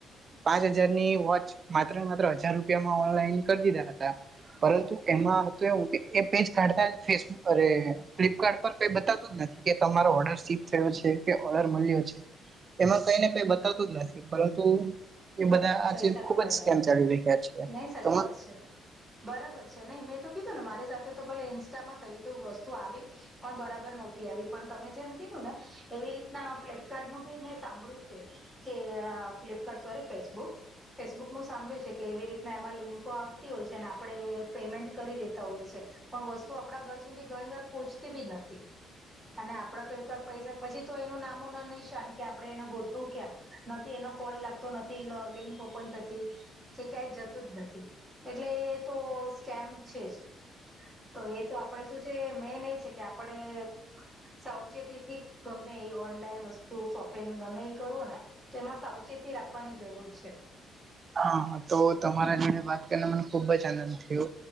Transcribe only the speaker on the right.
પાંચ હજારની વોચ માત્ર ને માત્ર હજાર રૂપિયામાં ઓનલાઈન કરી દીધા હતા. પરંતુ એમાં તો એવું કે એ પેજ કાઢતા ફેસબુ અરે ફ્લિપકાર્ટ પર કઈ બતાતું જ નથી કે તમારો ઓર્ડર સીપ છે કે ઓફર મળ્યો છે એમાં કઈને કઈ બતાવતું જ નથી પરંતુ એ બધા આજ
ખુબ
જ સ્કેમ
ચાલી રહ્યા છે
તો
હા તો તમારા જોડે વાત કરીને મને ખુબ જ આનંદ થયો